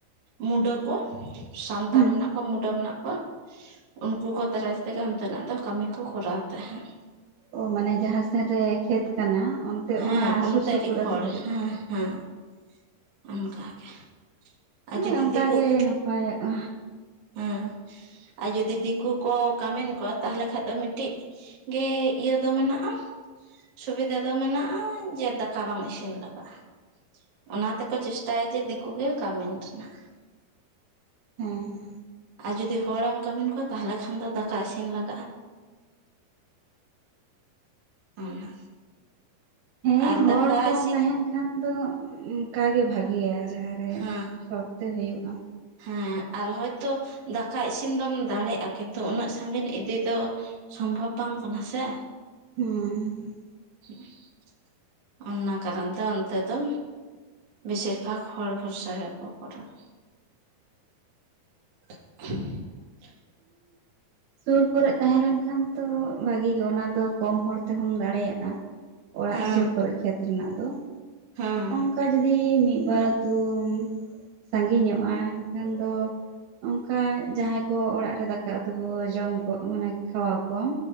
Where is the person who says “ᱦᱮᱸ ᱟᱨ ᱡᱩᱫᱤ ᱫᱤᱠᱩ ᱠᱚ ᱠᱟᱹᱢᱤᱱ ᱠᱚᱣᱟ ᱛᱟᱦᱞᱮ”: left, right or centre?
Right